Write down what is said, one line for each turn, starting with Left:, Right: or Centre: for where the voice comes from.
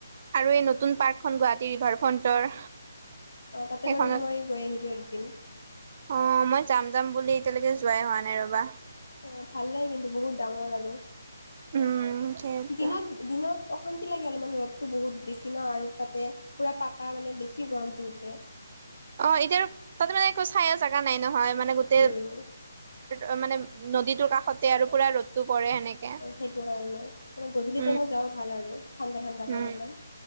Right: আৰু এই নতুন পাৰ্কখন গুৱাহাটী ৰিভাৰ ফ্ৰণ্টৰ
Left: অ তাতে
Right: সেইখনত
Left: বাৰু মই গৈ আহিলোঁ একদিন।
Right: অ মই যাম যাম বুলি এতিয়ালৈকে যোৱাই হোৱা নাই ৰবা।
Left: অ ভাল লাগে কিন্তু বহুত ডাঙৰ আৰু
Right: উম সেইটো
Left: দিনত দিনত অশান্তি লাগে অলপ মান ৰ'দটো বহুত বেছি ন আৰু তাতে পুৰা পাকা মানে বেছি গৰমটো উঠে।
Right: অ এতিয়া তাত মানে একো চাই জেগা নাই নহয় মানে গোটেই
Left: উম।
Right: অ মানে নদীটোৰ কাষতে আৰু পুৰা ৰ'দটো পৰে সেনেকে
Left: সেইটো কাৰণে মানে গধূলি
Right: উম
Left: টাইমত যাব ভাল আৰু। ঠাণ্ডা ঠাণ্ডাকে
Right: উম
Left: অলপমান।